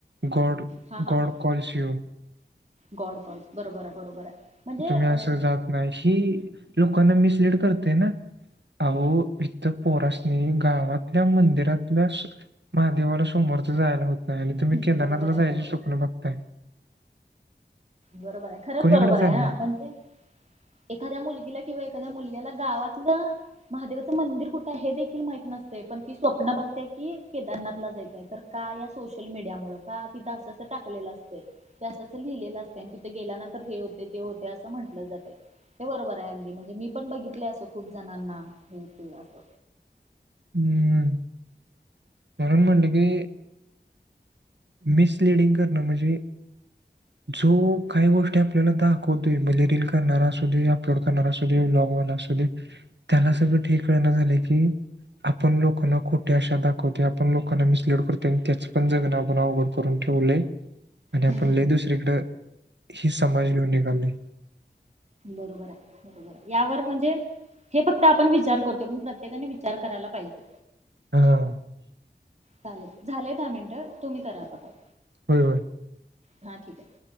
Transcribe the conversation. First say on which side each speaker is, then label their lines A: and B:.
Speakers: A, on the right (about 80°); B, on the right (about 40°).
A: गॉड
B: हा हा
A: गॉड
B: हा
A: कॉल्सिओ
B: गॉड कॉल्फ बरोबर आहे बरोबर आहे. म्हणजे
A: तुम्ही
B: अ,
A: असं जात नाही हि लोकांना मिसलीड करत ना अहो इथ पोरासनी गावातल्या मंदिरातल्या. महादेवाला सोमवारच जायला होत नाही आणि तुम्ही
B: हं,
A: केदारनाथला
B: बरोबर आहे
A: जायचे
B: बरोबर
A: स्वप्न बघताय.
B: बरोबर आहे खरंच
A: कोणीकडे
B: बरोबर आहे
A: चाललंय
B: हा पण ते एखाद्या मुलगीला किंवा एखाद्या मुलग्याला गावातलं. महादेवाचं मंदिर कुठं आहे हे देखील माहित नसत पण ती स्वप्न बघते की केदारनाथला जायचय तर. काया सोशल मीडिया मूळ कातर तिथं असं अस टाकलेलं असते ते असंं लिहिलेलं असत त्यांन तिथे गेल्यानंतर हे होते ते होते असं म्हंटलं जातय हे बरोबर आहे अगदी म्हणजे मी पण बघितले अस खूप जणांना हे ते अस.
A: हम्म, म्हणून म्हणलं की मिसलिडिंग करणं म्हणजे जो काही गोष्ट आपल्याला दाखवतोय मग रिल करणारा असुदे अपलोड करणारा असुदे ब्लॉगवाला असुदे. त्याला सगळं ठीक हे कळना झाले की. आपण लोकांना खोट्या आशा दाखवतो आपण लोकांना मिसलीड करतो आणि त्याच पण जगण. अवघड करून ठेवल आणि आपण
B: हम्म हम्म
A: लय
B: हम्म.
A: दुसरीकडे हे समाज घेऊन निघालोय
B: बरोबर आहे बरोबर आहे यावर म्हणजे. हे फक्त आपण विचार करतो पण प्रत्येकाने विचार करायला पाहिजे.
A: हां.
B: चालेल झालेय दहा मिनटं तुम्ही करा आता कॉल.
A: होय होय.
B: हां ठीक आहे.